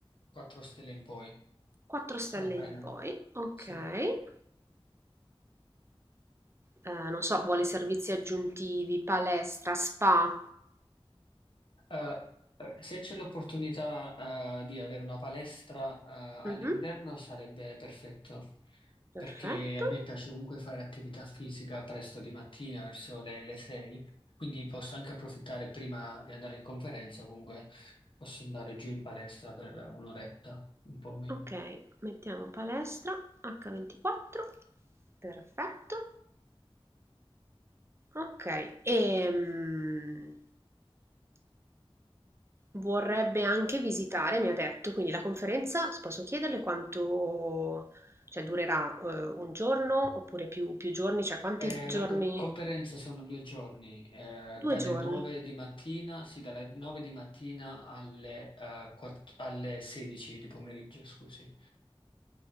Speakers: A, on the left; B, on the right.
A: 4 stelle in poi,
B: 4 stelle
A: va bene,
B: in poi. Ok.
A: sì.
B: Eh, non so, vuole servizi aggiuntivi, palestra, spa.
A: Eh, eh, se c'è l'opportunità, eh, di avere una palestra, eh, all'interno
B: Mhm,
A: sarebbe perfetto,
B: perfetto.
A: perché a me piace comunque fare attività fisica presto di mattina, verso le, le 6, quindi posso anche approfittare prima di andare in conferenza, comunque posso andare giù in palestra per un'oretta, un po' meno.
B: Ok, mettiamo palestra H24, perfetto. Ok, e um, vorrebbe anche visitare, mi ha detto, quindi la conferenza, posso chiederle quanto, cioè durerà eh, un giorno oppure più, più giorni, cioè quanti
A: Eh,
B: giorni?
A: la co- conferenza sono due giorni, eh,
B: Due
A: dalle
B: giorni.
A: 9 di mattina, sì, dalle 9 di mattina alle, eh, quatt- alle 16 di pomeriggio, scusi.